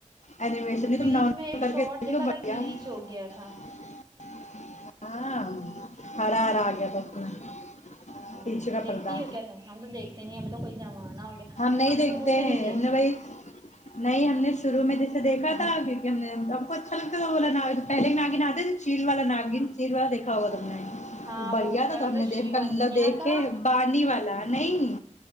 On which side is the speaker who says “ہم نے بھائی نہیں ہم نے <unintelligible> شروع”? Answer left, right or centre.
Left